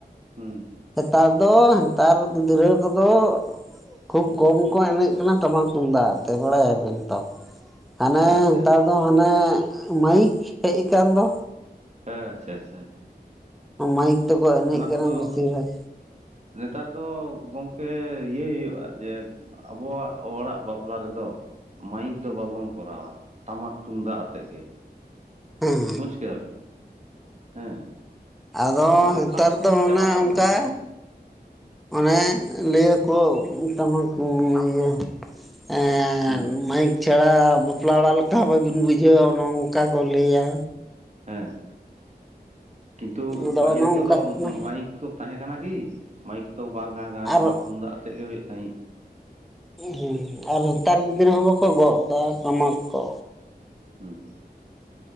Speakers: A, on the right; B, in the centre.
A: ᱦᱚᱸ
B: ᱱᱮᱛᱟᱨ ᱫᱚ ᱱᱮᱛᱟᱨ ᱜᱤᱫᱽᱨᱟᱹ ᱠᱚᱫᱚ ᱠᱷᱩᱵᱽ
A: ᱦᱩᱸ
B: ᱠᱚᱢ ᱠᱚ ᱮᱱᱮᱡ ᱠᱟᱱᱟ ᱴᱟᱢᱟᱠ ᱛᱩᱢᱫᱟᱜ ᱛᱮ ᱵᱟᱲᱟᱭᱟᱵᱮᱱ ᱛᱚ, ᱦᱟᱱᱮ
A: ᱟᱪᱪᱷᱟ
B: ᱱᱮᱛᱟᱨ ᱫᱚ ᱦᱟᱱᱮ ᱢᱟᱭᱤᱠ ᱦᱮᱡ ᱠᱟᱱ ᱫᱚ᱾
A: ᱦᱮᱸ ᱟᱪᱷᱟ ᱟᱪᱷᱟ᱾
B: ᱢᱟᱭᱤᱠ ᱛᱮᱠᱚ ᱮᱱᱮᱡ ᱠᱟᱱᱟ
A: ᱠᱚᱫᱚ
B: ᱵᱤᱥᱤᱨ ᱵᱷᱟᱜᱽ᱾
A: ᱱᱮᱛᱟᱨ ᱫᱚ ᱜᱚᱝᱠᱮ ᱤᱭᱟᱹᱭ ᱦᱩᱭᱩᱜᱼᱟ ᱡᱮ ᱟᱵᱚᱣᱟᱜ ᱦᱚᱲᱟᱜ ᱵᱟᱯᱞᱟ ᱨᱮᱫᱚ ᱢᱟᱭᱤᱠ ᱫᱚ ᱵᱟᱵᱚᱱ ᱠᱚᱨᱟᱣᱟ ᱴᱟᱢᱟᱠ ᱛᱩᱢᱫᱟᱜ ᱟᱛᱮᱜ ᱜᱮ᱾
B: ᱦᱮᱸ
A: ᱵᱩᱡ ᱠᱮᱫᱮ ᱵᱮᱱ᱾ ᱦᱮᱸ
B: ᱟᱫᱚ
A: ᱵᱟᱠᱷᱟᱱ
B: ᱱᱮᱛᱟᱨ
A: ᱴᱟᱢᱟᱠ ᱛᱩᱢᱫᱟᱜ
B: ᱫᱚ
A: ᱪᱟᱵᱟᱜ
B: ᱚᱱᱮ
A: ᱛᱟᱵᱚᱱᱟ
B: ᱚᱱᱠᱟ
A: ᱛᱚ᱾
B: ᱚᱱᱮ ᱞᱟᱹᱭᱟᱠᱚ ᱴᱟᱢᱟᱠ <unintelligible> ᱮᱸ
A: ᱦᱩᱸ
B: ᱢᱟᱭᱤᱠ ᱪᱷᱟᱲᱟ ᱵᱟᱯᱞᱟ ᱚᱲᱟᱜ ᱞᱮᱠᱟ ᱦᱚᱸ ᱵᱟᱹᱵᱤᱱ ᱵᱩᱡᱷᱟᱹᱣᱟ ᱱᱚᱝᱠᱟ ᱠᱚ ᱞᱟᱹᱭᱟ᱾
A: ᱦᱮᱸ ᱠᱤᱱᱛᱩ
B: ᱟᱫᱚ
A: ᱯᱟᱹᱦᱤᱞ
B: ᱚᱱᱮ
A: ᱠᱚᱫᱚ
B: ᱚᱱᱠᱟᱜ ᱠᱟᱱᱟ
A: ᱢᱟᱭᱤᱠ ᱠᱩ ᱛᱟᱦᱮᱸ ᱠᱟᱱᱟ ᱠᱤ? ᱢᱟᱹᱭᱤᱠ ᱛᱚ ᱵᱟᱝ ᱛᱟᱦᱮᱸ ᱠᱟᱱᱟ
B: ᱟᱨ
A: ᱴᱟᱢᱟᱠ ᱛᱩᱢᱫᱟᱜ ᱟᱛᱮᱜ ᱜᱮ ᱦᱩᱭᱩᱜ ᱛᱟᱦᱮᱸᱜ᱾
B: ᱦᱮᱸ ᱟᱨ ᱱᱮᱛᱟᱨ ᱜᱤᱫᱽᱨᱟᱹ ᱦᱚᱸ ᱵᱟᱠᱚ ᱜᱚᱜ ᱫᱟ ᱴᱟᱢᱟᱠ ᱠᱚ᱾
A: ᱦᱚᱸ